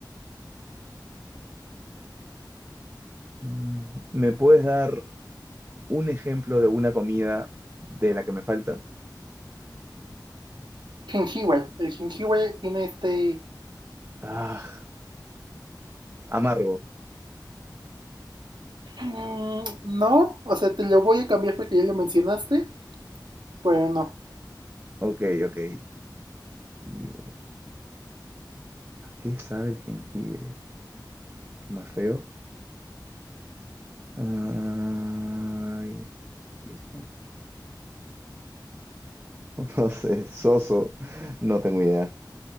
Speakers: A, on the right (about 25°); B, on the right (about 80°).
A: Mm, ¿Me puedes dar un ejemplo de una comida de la que me falta?
B: jengibre. El jengibre tiene este...
A: Ah, Amargo.
B: mm, no, o sea, te lo voy a cambiar porque ya lo mencionaste, pero no.
A: Ok, ok. Jengibre. ¿A qué sabe el jengibre? ¿Qué más feo? Ay, jengibre. <laughs> No sé, soso. No tengo idea.